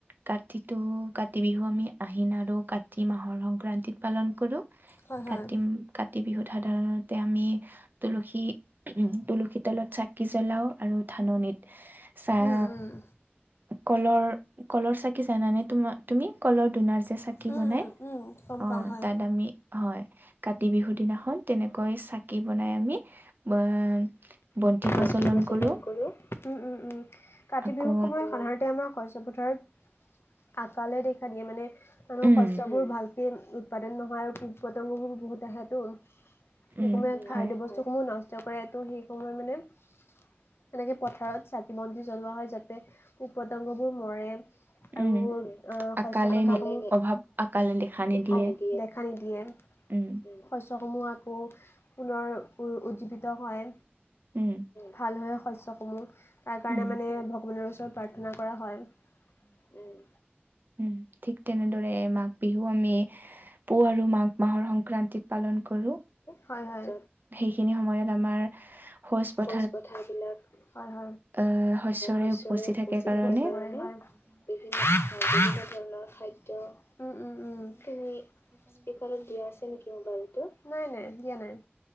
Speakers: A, on the right (about 50°); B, on the left (about 75°).
A: কাতিতটো কাতি বিহু আমি আহিন আৰু কাতি মাহৰ সংক্ৰান্তিত পালন কৰোঁ
B: হয় হয়
A: কাতি কাতি বিহুত সাধাৰণত। তাতে আমি তুলসী উ তুলসী তলত চাকি জ্বলাও। আৰু ধাননিত চাহ
B: উম, উম, উম,
A: কলৰ কলৰ চাকি জানানে তোমাৰ তুমি কলৰ ধোনাৰ যে চাকি
B: উম,
A: বনাই
B: উম, উম, গম
A: অ
B: পাওঁ হয়
A: তাত আমি হয়। কাতি বিহু দিনাখন তেনেকৈ চাকি বনাই আমি আহ ব প্ৰজ্বলন
B: জলন
A: কৰোঁ
B: কৰো উম উম উম কাতি
A: আকৌ
B: বিহুৰ সময়ত সাধাৰণতে তাতে আমাৰ শস্য পথাৰত আঁকালে দেখা দিয়ে মানে
A: উম
B: শস্যবোৰ ভালকে উৎপাদন নহয়, আৰু পোক পতংগবোৰ বহুত। ত সেতটো
A: উম
B: সেই সময় খাদ্যবস্তুসমূহ
A: হয়
B: নষ্ট কৰেতো সেই সময় মানে। তেনেকে পথাৰত চাকি বন্তি জ্বলোৱা হয় যাতে পোক পতংগবোৰ মৰে
A: উম
B: আৰু আহ
A: আকালে
B: শস্য কথা
A: নে
B: খিনি
A: অভাৱ আকালে দেখা নিদিয়ে
B: হয় দেখা নিদিয়ে
A: উম
B: শস্যসমূহ আকৌ পুনৰ উজ্জীৱিত হয়।
A: উম
B: ভাল হয় শস্য সমূহ তাৰ কাৰণে
A: উম
B: মানে ভগৱানৰ ওচৰত প্ৰাৰ্থনা কৰা হয় উম।
A: উম ঠিক তেনেদৰে মাঘ বিহু আমি পুহ আৰু মাঘ মাহৰ সংক্ৰান্তিত পালন কৰো
B: হয় হয়
A: সেইখিনি সময়ত আমাৰ ভুজ প
B: কৌজ পথাৰ বিলাক আহ
A: আহ শস্যৰে
B: শস্য উপচি
A: থাকে কাৰণে
B: থাকে। বিভিন্ বিভিন্ন ধৰণৰ খাদ্য উ উ উ তুমি স্পিকাতো দিয়া আছে নেকি মোবাইলটো নাই নাই দিয়া নাই